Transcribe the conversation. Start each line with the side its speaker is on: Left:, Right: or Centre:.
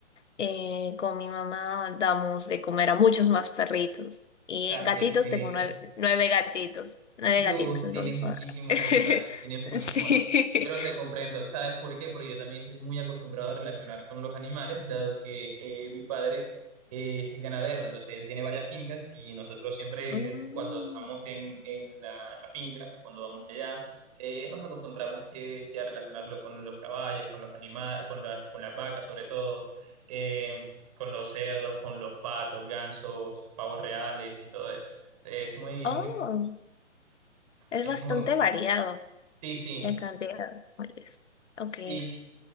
Left: eh, con mi mamá damos de comer a muchos más perritos. Y
Right: sea,
Left: en gatitos
Right: que es muy
Left: tengo
Right: lindo.
Left: nueve, nueve gatitos, nueve
Right: Dios,
Left: gatitos, entonces,
Right: tienes muchísimos
Left: <laughs>
Right: animales, tienes muchísimos...
Left: sí.
Right: Pero te comprendo, ¿sabes por qué? Porque yo también estoy muy acostumbrado a relacionar con los animales, dado que eh, mi padre eh, es ganadero, entonces él tiene varias fincas y nosotros siempre, evidente,
Left: Mm.
Right: cuando estamos en, en la, la finca, cuando vamos allá, eh, nos acostumbramos que sea relacionarlo con los caballos, con los animales, con, la- con las vacas sobre todo, eh, con los cerdos, con los patos, gansos, pavos reales y todo eso. Es muy,
Left: Oh,
Right: muy,
Left: es
Right: es
Left: bastante
Right: muy...
Left: variado
Right: Sí, sí,
Left: la cantidad de árboles. Ok.
Right: sí,